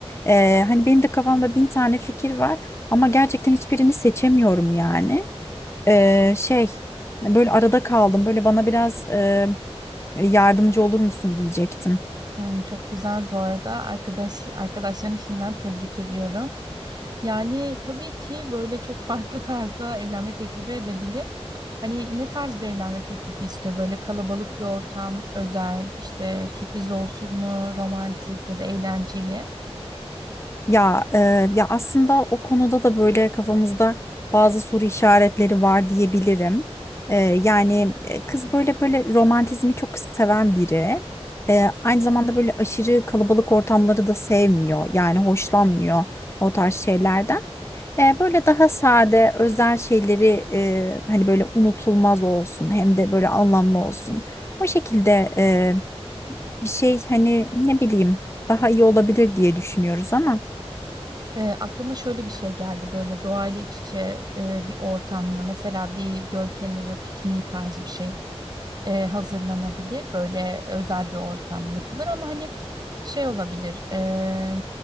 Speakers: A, on the left (about 25°); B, on the right (about 40°).
A: Ee, hani benim de kafamda bin tane fikir var ama gerçekten hiçbirini seçemiyorum yani. Ee, şey böyle arada kaldım. Böyle bana biraz e, yardımcı olur musun diyecektim.
B: Hmm, çok güzel bu arada. Arkadaş, arkadaşlarını şimdiden tebrik ediyorum. Yani tabii ki böyle çok farklı tarzda evlenme teklifi edebilir. Hani ne tarz bir evlenme teklifi istiyor? Böyle kalabalık bir ortam, özel, işte sürpriz olsun mu, romantik ya da eğlenceli?
A: Ya e, ya aslında o konuda da böyle kafamızda bazı soru işaretleri var diyebilirim. Ee, yani e, kız böyle böyle romantizmi çok seven biri. Ee, aynı zamanda böyle aşırı kalabalık ortamları da sevmiyor. Yani hoşlanmıyor o tarz şeylerden. E, böyle daha sade, özel şeyleri e, hani böyle unutulmaz olsun hem de böyle anlamlı olsun. O şekilde e, bir şey hani ne bileyim daha iyi olabilir diye düşünüyoruz ama.
B: E, aklıma şöyle bir şey geldi böyle doğayla iç içe e, bir ortamda mesela bir göl kenarı pikniği tarzı bir şey e, hazırlanabilir. Böyle özel bir ortam yapılır ama hani şey olabilir e,